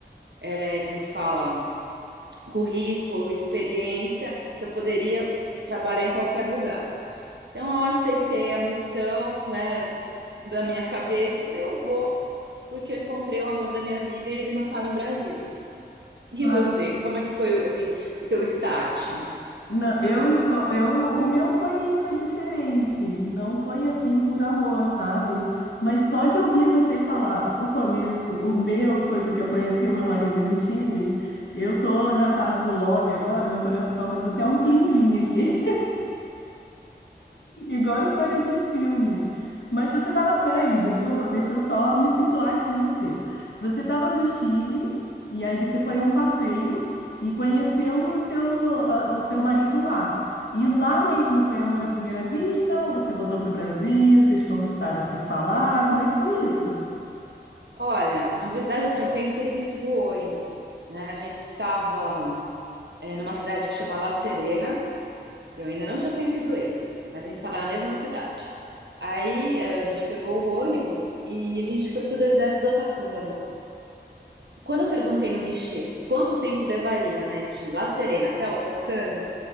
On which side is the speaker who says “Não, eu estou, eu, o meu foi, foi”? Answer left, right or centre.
Left